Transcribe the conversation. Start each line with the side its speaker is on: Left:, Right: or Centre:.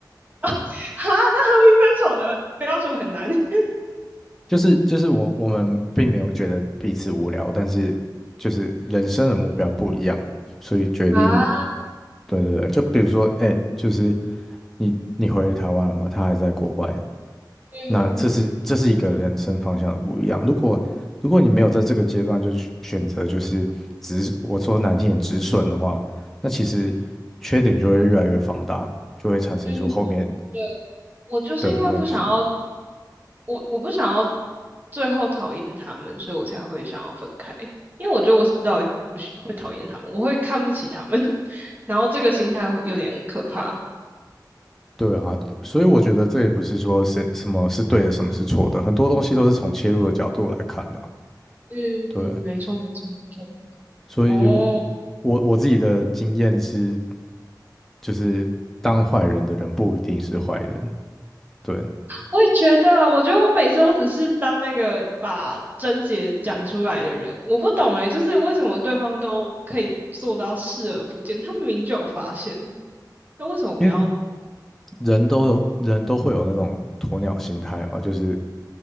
Right: <laughs> 啊？那和平分手的标准很难 <laughs>。
Centre: <laughs> 就是就是我我们并没有觉得彼此无聊，但是就是人生的目标不一样，所以决定，
Right: 啊，
Centre: 对对对，就比如说，哎，就是你你回台湾了嘛，他还在国外，
Right: 嗯
Centre: 那这是这是一个人生方向的不一样。如果如果你没有在这个阶段就去选择，就是止，我说难听点止损的话，那其实缺点就会越来越放大，就会产生出后面
Right: 嗯对。我就是因为不想要，
Centre: 的问题。
Right: 我我不想要最后讨厌他们，所以我才会想要分开。因为我觉得我迟早不喜会讨厌他们，我会看不起他们，<laughs> 然后这个心态会有点可怕。
Centre: 对啊，所以我觉得这也不是说谁什么是对的，什么是错的，很多东西都是从切入的角度来看的啊
Right: 嗯，
Centre: 对，
Right: 没错没错没错。
Centre: 所以我
Right: 哦，
Centre: 我我自己的经验是，就是当坏人的人不一定是坏人。对，
Right: 我也觉得，我觉得我每次都只是当那个把症结讲出来的人，我不懂诶，就是为什么对方都可以做到视而不见，他们明明就有发现，那为什么不要？
Centre: 因为人都有人都会有那种鸵鸟心态嘛，就是